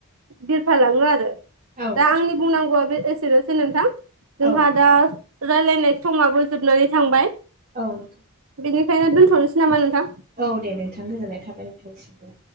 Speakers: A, on the right (about 65°); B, on the right (about 35°).
A: बिरफालाङो आरो।
B: औ
A: दा आंनि बुंनांगौआ बे एसेनोसै नोंथां। जोंहा
B: औ
A: दा रायलायनाय समाबो जोबनानै थांबाय।
B: औ नोंथां।
A: बेनिखायनो दोनथ'नोसै नामा नोंथां?
B: औ दे नोंथां गोजोननाय थाबाय नोंथांनिसिमबो।